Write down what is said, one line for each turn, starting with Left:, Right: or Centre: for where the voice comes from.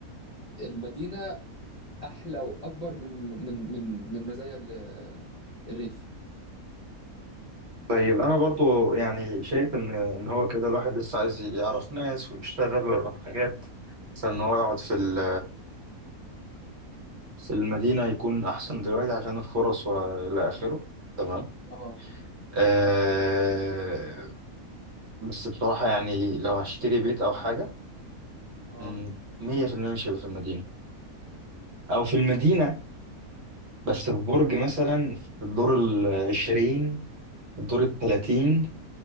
Left: المدينه احلى واكبر من من من من مزايا ال- الريف
Right: طيب انا برضو يعني شايف ان ان هو كده الواحد لسه عايز يعرف ناس ويشتغل ويعرف حاجات عشان ان هو يقعد في ال- في المدينة يكون احسن دلوقتي عشان الفرص والى اخره تمام
Left: اه
Right: أه بس بصراحة يعني لو هشتري بيت او حاجة
Left: اه
Right: مم، مية في المية مش هيبقى في المدينة او في المدينة
Left: اوكي
Right: بس في برج مثلا في الدور العشرين الدور التلاتين